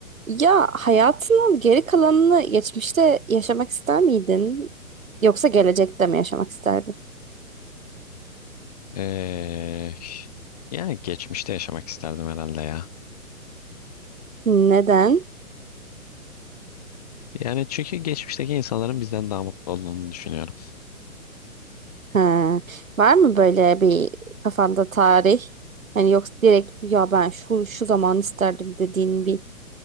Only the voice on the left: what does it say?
Ee, yani geçmişte yaşamak isterdim herhalde ya.
Yani çünkü geçmişteki insanların bizden daha mutlu olduğunu düşünüyorum.